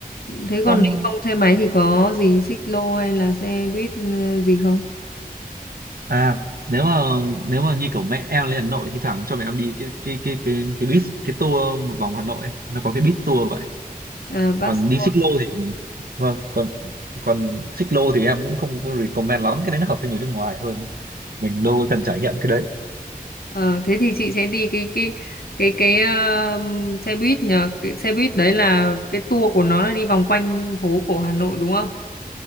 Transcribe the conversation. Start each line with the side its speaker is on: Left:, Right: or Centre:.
Left: Thế
Right: còn
Left: còn nếu không xe máy thì có gì xích lô hay là xe buýt ừ, gì không?
Right: à nếu mà nếu mà như kiểu mẹ em lên Hà Nội thì thoảng cho mẹ em đi cái cái cái cái cái bus cái tour một vòng Hà Nội ấy. nó có cái bus tour vậy
Left: À, bus
Right: còn đi
Left: tour.
Right: xích lô thì vâng còn còn xích lô thì em cũng không có recommend lắm cái đấy nó hợp với người nước ngoài hơn ấy. mình đâu có cần trải nghiệm cái đấy
Left: Ờ, thế thì chị sẽ đi cái cái cái cái ờ, xe buýt nhờ cái xe buýt đấy là cái tour của nó là đi vòng quanh phố cổ Hà Nội đúng không?